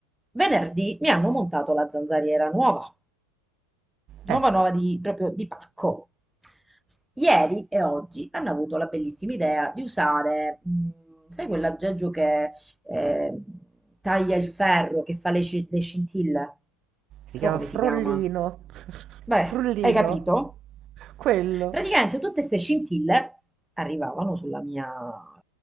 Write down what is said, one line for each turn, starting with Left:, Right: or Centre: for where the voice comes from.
Centre: venerdì mi hanno montato la zanzariera nuova nuova
Right: Eh,
Centre: nuova di, proprio di pacco. Ieri e oggi hanno avuto la bellissima idea di usare, mh, sai quell'aggeggio che eh, taglia il ferro, che fa le, sci- le scintille? Non
Right: si
Centre: so
Right: chiama
Centre: come
Right: Frollino.
Centre: si chiama.
Right: <laughs>
Centre: Beh,
Right: Frullino.
Centre: hai capito?
Right: Quello.
Centre: Praticamente tutte queste scintille arrivavano sulla mia-